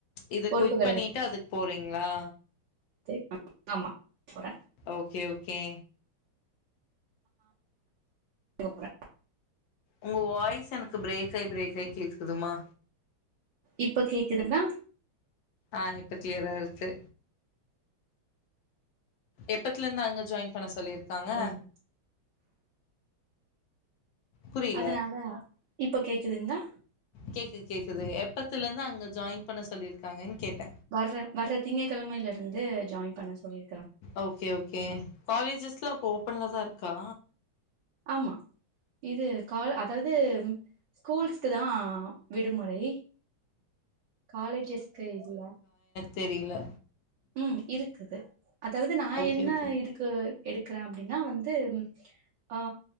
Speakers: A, on the left; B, on the right.
A: இத
B: பொறுப்புகள்
A: குவிட் பண்ணிட்டு
B: எல்லா
A: அதுக்கு போறீங்களா?
B: தை ஆமா போற
A: ஓகே ஓகே
B: க போற
A: உங்க வாய்ஸ் எனக்கு பிரேக் ஆயி பிரேக் ஆயி கேக்குதும்மா
B: இப்ப கேக்குதுங்ளா
A: ஆ இப்ப கிளியரா இருக்கு எப்பத்துலருந்து அங்க ஜாயின் பண்ண சொல்லிரு க்காங்க
B: ம்
A: புரியல.
B: அதனால இப்ப கேக்குதுங்ளா
A: கேக்குது கேக்குது எப்பத்தலுருந்து அங்க ஜாயின் பண்ண சொல்லிருக்காங்கன் கேட்ட
B: வர்ற வர்ற திங்ககெழமைல இருந்து ஜாயின் பண்ண சொல்லிரு
A: ஓகே ஓகே காலேஜஸ்லா இப்ப ஓப்பன்லதா இருக்கா
B: ஆமா இது கால அதாது ஸ்கூல்ஸ்க்குதா விடுமுறை காலேஜஸ்கு இல்ல
A: தெரில
B: ம் இருக் <unintelligible> அதாவது நா
A: ஓகே
B: என்ன
A: ஓகே.
B: இதுக்கு எடுக்கறே அப்டினா வந்து ஆ